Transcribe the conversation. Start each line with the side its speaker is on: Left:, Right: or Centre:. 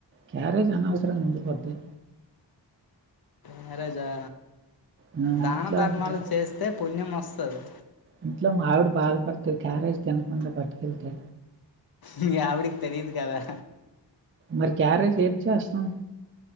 Right: క్యారేజ్ అనవసరం ఉందిపోతాది
Left: క్యారేజ్ ఆ
Right: ఆ,
Left: దాన
Right: ఇంట్లో
Left: ధర్మాలు
Right: మరి
Left: చేస్తే పుణ్యం వ సరే
Right: ఇంట్లో మావిడ బాధపడితది క్యారేజ్ తినకుండా పట్టుకెళ్తే
Left: మీయావిడకి తెలీదు కదా
Right: మరి క్యారేజ్ ఏంటి చేస్తాం